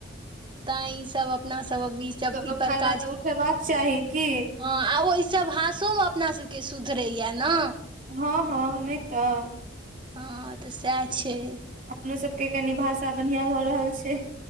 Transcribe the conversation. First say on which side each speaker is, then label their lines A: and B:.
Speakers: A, on the right; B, on the right.
A: त ई सब अपना ईसब
B: तऽ ओकर
A: ई पर
B: फायदा
A: काज
B: तऽ उठेबाक चाही की
A: हां ओइ से भासो अपना सब के सुधरैया न
B: हंअ् हंअ् नई तऽ
A: हां तऽ सएह छै
B: अपनो सभके कनि भाषा बढ़िआँ भऽ रहल छै